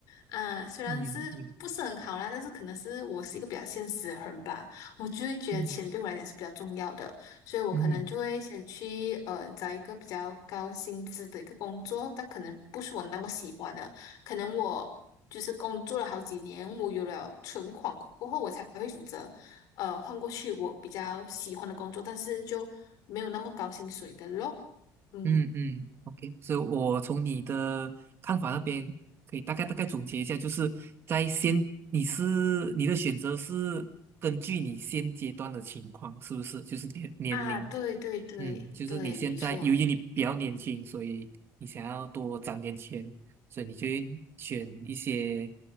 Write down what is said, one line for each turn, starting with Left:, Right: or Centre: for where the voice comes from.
Left: 啊，虽然是不是很好啦，
Right: 嗯嗯
Left: 但是可能是我是一个比较现实的人吧，我就会觉得钱对我来讲是比较重要的，
Right: 嗯
Left: 所以我可能就会先去呃找一个比较高薪资的一个工作，
Right: 嗯
Left: 但可能不是我那么喜欢的。可能我就是工作了好几年，我有了存款过后，我才会选择呃换过去我比较喜欢的工作，但是就没有那么高薪水的咯。嗯
Right: 嗯嗯，OK，所以我从你的看法那边可以大概大概总结一下，就是在先，你是你的选择是根据你现阶段的情况，是不是？就是年年龄
Left: 啊，对对对对，
Right: 嗯，就是你现在由于你比较年轻，
Left: 没错。
Right: 所以你想要多攒点钱，所以你就会选一些